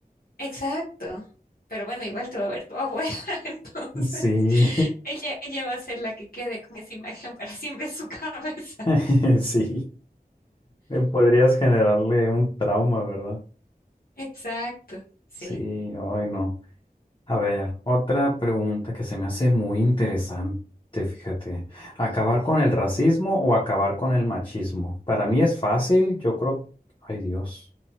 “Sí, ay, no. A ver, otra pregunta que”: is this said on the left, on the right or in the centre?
Left